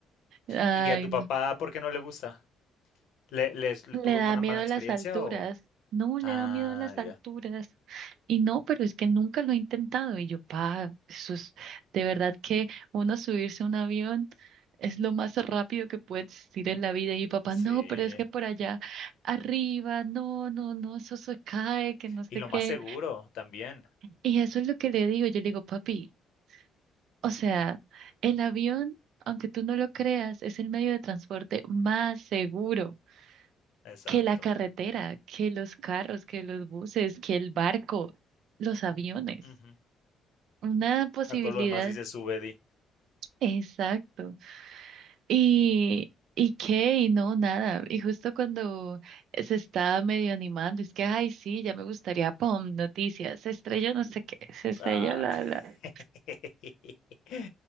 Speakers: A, on the right; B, on the left.
A: Ay,
B: ¿Y a tu
A: no.
B: papá por qué no le gusta? ¿Le, les, le
A: Le
B: tuvo
A: da
B: una
A: miedo
B: mala experiencia
A: a las alturas.
B: o...?
A: No, le
B: Ah,
A: da miedo a las alturas.
B: ya,
A: Y no, pero es que nunca lo he intentado. Y yo, pa, eso es de verdad que uno subirse a un avión es lo más rápido que puede existir en la vida. Y mi papá,
B: sí.
A: no, pero es que por allá arriba, no, no, no, eso se cae, que no sé
B: Y lo
A: qué.
B: más seguro también.
A: Y eso es lo que le digo. Yo le digo, papi, o sea, el avión, aunque tú no lo creas, es el medio de transporte más seguro.
B: Exacto.
A: que la carretera, que los carros, que los buses, que el barco, los aviones.
B: Ujú.
A: Una posibilidad,
B: A todo lo demás dice sube, di.
A: exacto. Y, y qué, y no, nada. Y justo cuando se está medio animando, es que, ay, sí, ya me gustaría, pum, noticias, se estrelló no sé qué, se estrelló
B: Ah.
A: la, la.
B: <laughs>